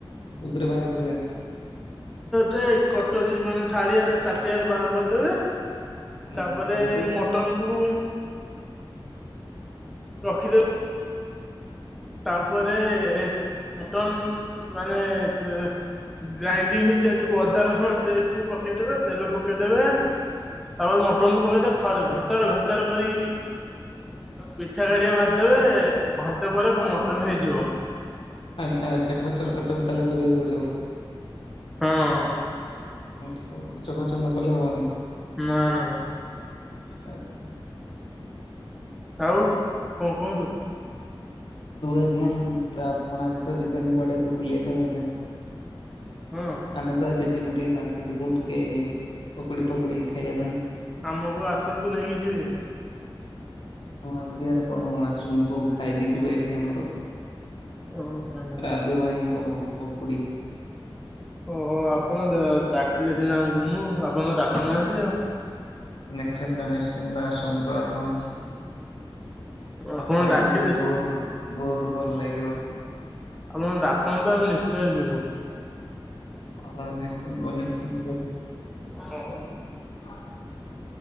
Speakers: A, on the left; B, in the centre.
A: କୋଉଥିରେ ବାହାର କରିବା?
B: ଟେ କଟରୀ ମାନେ ଥାାଳିଆରେ ତାଟିଆରେ ବାହାର କରିଦେବେ?
A: ଅଁ,
B: ତା ପରେ
A: ତାପରେ
B: ମଟନ କୁ ରଖିଦେବେ। ତାପରେ ମଟନ ମାନେ ଯେ ଗ୍ରାଇଣ୍ଡିଙ୍ଗ ହେଇଥିବା ଯୋଉ ଅଦା ରସୁଣ ପେଷ୍ଟ କୁ ପକେଇଦବେ ତେଲ ପକେଇଦେବେ ତାପରେ ମଟନ୍ କୁ ପକେଇଦେବେ ଘଚର ଘଚର କରି ପିଠା କାଢ଼ି ଖରି ଦେବେ ଘଣ୍ଟେ ତା ପରେ ମଟନ ହେଇଯିବ।
A: ଆଚ୍ଛା ଆଚ୍ଛା ଖଚର ଖଚର ତାହେଲେ କରିବାକୁ ପଡିବ।
B: ହଁ ଅ।
A: ହୁଁତ ଖର୍ଚ୍ଚ ଖର୍ଚ୍ଚ ନ କଲେ ହବନି।
B: ନା ନା।
A: ଆଛା ଆଚ୍ଛା।
B: ଆଉ କଣ କୁହନ୍ତୁ?
A: ହଉ ଆଜ୍ଞା ତ ଆପଣ ଆଜି ତ ଯିବେନି କୁଆଡେ ବୁଲିବା ପାଇଁ ବୋଧେ?
B: ହଁ।
A: ଆମେ ତ ଏବେ ଯିବୁ ଟିକେ ମାର୍କେଟ କୁ ଟିକେ ପକୁଡି ଫକୁଡି ଖାଇବା ପାଇଁ।
B: ଆମକୁ ଆସନ୍ତୁ ନେଇକି ଯିବେ।
A: ହଁ ଆଗ ଆପଣ ଆସନ୍ତୁ ଖାଇକି ଯିବେ ଏଠି ଆମର
B: ଓହୋ।
A: ସଧୁ ଭାଇଙ୍କ ପକୁୁଡି।
B: ଓହୋ ଆପଣ ଡାକିଲେ ସିନା ଜିମୁଁ ଆପଣ ତ ଡାକୁନାହାନ୍ତି ଆଉ।
A: ନିଶ୍ଚିନ୍ତ ନିଶ୍ଚିନ୍ତ ଆସନ୍ତୁ ଆପଣ
B: ଆପଣ
A: ଖାଇକି
B: ଡାକିଲେ
A: ଯିବେ ବହୁତ ବହୁତୁ ଭଲ ଲାଗିବ।
B: ଆପଣ ଡାକନ୍ତୁ ଆମେ ନିଶ୍ଚୟ ଯିବୁ।
A: ହଁ ନିଶ୍ଚିନ୍ତ ନିଶ୍ଚିନ୍ତ।
B: ହଁ।
A: ହଁ।